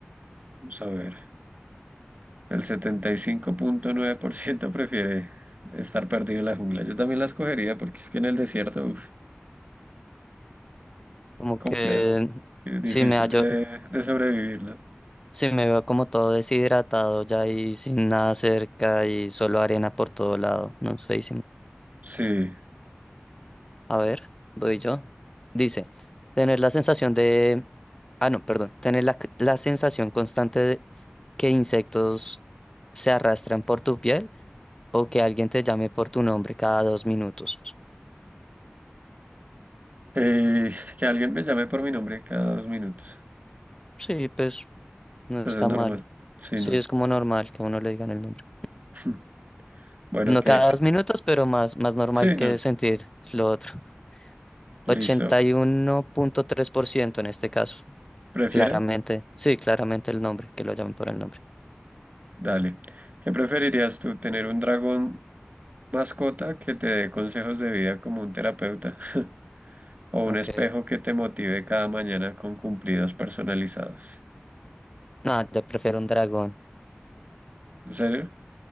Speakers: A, on the right; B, on the left.
A: Vamos a ver. El setenta y cinco punto nueve por ciento prefiere estar perdido en la jungla. Yo también la escogería porque es que en el desierto, uf,
B: Como
A: complejo.
B: que
A: y Difícil
B: si me hallo,
A: de, de sobrevivir, ¿no?
B: si me veo como todo deshidratado ya y sin nada cerca y solo arena por todo lado. No sé,
A: Sí.
B: A ver, doy yo. Dice, tener la sensación de... Ah, no, perdón. Tener la, c- la sensación constante de que insectos se arrastran por tu piel o que alguien te llame por tu nombre cada dos minutos.
A: Eh, que alguien me llame por mi nombre cada dos minutos.
B: Sí, pues no
A: Pues
B: está
A: es normal.
B: mal.
A: Sí,
B: Sí,
A: no.
B: es como normal que a uno le digan el nombre.
A: <laughs> Bueno,
B: No
A: que,
B: cada
A: que-
B: dos minutos, pero más, más normal
A: sí,
B: que
A: no.
B: sentir lo otro. <laughs>
A: Listo.
B: Ochenta y uno punto tres por ciento en este caso.
A: ¿Prefiere?
B: Claramente, sí, claramente el nombre, que lo llamen por el nombre.
A: Dale. ¿Qué preferirías tú, tener un dragón mascota que te dé consejos de vida como un terapeuta <laughs> o
B: Ok.
A: un espejo que te motive cada mañana con cumplidos personalizados?
B: No, yo prefiero un dragón.
A: ¿En serio?